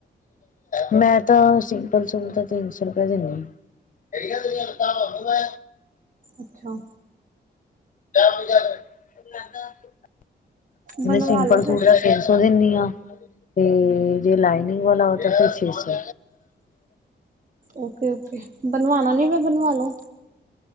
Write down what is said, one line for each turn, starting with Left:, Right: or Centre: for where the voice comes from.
Left: ਮੈਂ ਤਾਂ ਸਿੰਪਲ ਸੂਟ ਦਾ ਤਿੰਨ ਸੌ ਰੁਪਏ ਦਿੰਨੀ ਆ। <inaudible>
Right: ਅੱਛਾ।
Left: <unintelligible>
Right: ਬਣਵਾ
Left: ਮੈ ਸਿੰਪਲ
Right: ਲੋ ਫਿਰ
Left: ਸੂਟ ਦਾ ਤਿੰਨ ਸੌ ਦਿੰਨੀ ਆਂ, ਤੇ ਜੇ ਲਾਈਨਿੰਗ ਵਾਲਾ ਹੋਏ ਤਾਂ ਫਿਰ ਛੇ ਸੌ।
Right: ਓਕੇ-ਓਕੇ ਬਨਵਾਨਾ ਨੀ ਫਿਰ ਬਨਵਾ ਲੋ।